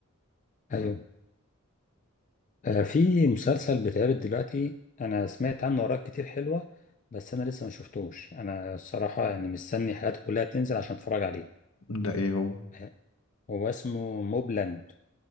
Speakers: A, on the left; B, on the left.
A: أيوه آه، في مسلسل بيتعرض دلوقتي انا سمعت عنه اراء كتير حلوه بس انا لسه ما شفتوش انا الصراحه يعني مستني حلقاته كلها تنزل عشان اتفرج عليه
B: ده ايه هو
A: آه، هو اسمه موبلاند